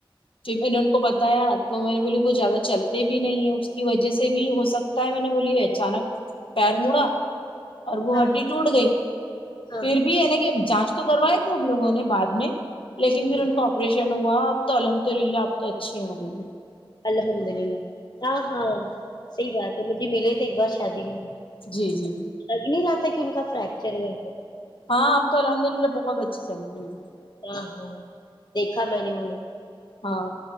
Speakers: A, on the left; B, on the left.
A: جی میں نے ان کو بتایا تو میں نے بولی وہ زیادہ چلتے بھی نہیں ہے اس کی وجہ سے بھی ہو سکت تا ہے میں نے بولی ہے اچانک پیر مڑا اور وہ
B: ہاں
A: ہڈی ٹوٹ گئی
B: ہاں
A: پھر بھی انا کہ جانچ تو کروائے تھے ہم لوگوں نے بعد میں لیکن
B: ہوں
A: پھر ان آپریشن ہوا اب تو الحمد للہ اب تو اچھے ہو گئی
B: الحمد للہ نا ہاں صحیح بات ہے مجھے ملے تھے ایک بار شادی میں لگ
A: جی جی
B: نہیں رہا تھا کہ ان کا فریکچر ہوا تھا
A: ہاں اب تو الحمد للہ بہت اچھی چلتی ہیں
B: ہاں ہاں دیکھا میں نے انہیں
A: ہاں